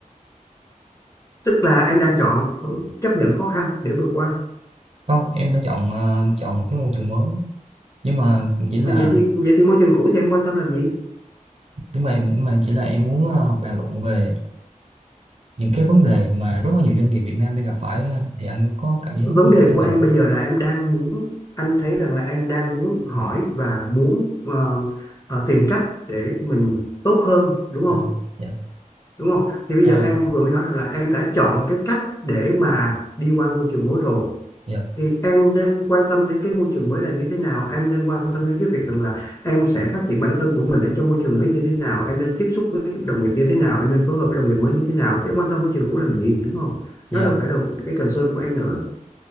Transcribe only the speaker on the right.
không em đã chọn ờ, chọn một cái môi trường mới nhưng mà chỉ là
nhưng mà, nhưng mà chỉ là em muốn ờ, bàn luận về những cái vấn đề mà rất là nhiều doanh nghiệp Việt Nam đang gặp phải á, thì anh có cảm giác
như
thế
nào?
không?
À, dạ,
Ờ,
dạ,
dạ.